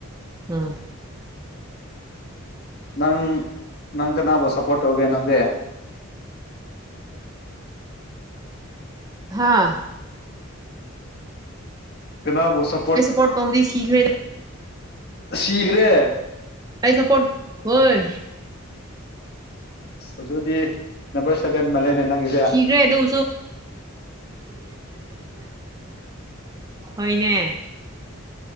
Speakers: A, on the right; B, on the left.
A: ꯑꯥ
B: ꯅꯪ ꯅꯪ ꯀꯅꯥꯕꯨ ꯁꯞꯄꯣꯔꯠ ꯇꯧꯒꯦ ꯅꯪꯗꯦ
A: ꯍꯥꯥ
B: ꯀꯅꯥꯕꯨ ꯁꯄꯣꯔꯠ
A: ꯄꯣꯔ ꯇꯕꯗꯤ ꯁꯤꯈꯔꯦꯗ
B: ꯁꯤꯈ꯭ꯔꯦ
A: ꯑꯩ ꯁꯄꯣꯔꯠ ꯍꯣꯏ
B: ꯑꯗꯨꯗꯤ ꯅꯝꯕꯔ ꯁꯕꯦꯟ ꯃꯂꯦꯅꯦ ꯅꯪꯒꯤ
A: ꯊꯤꯈ꯭ꯔꯦ ꯑꯗꯨꯁꯨ ꯍꯣꯏꯅꯦ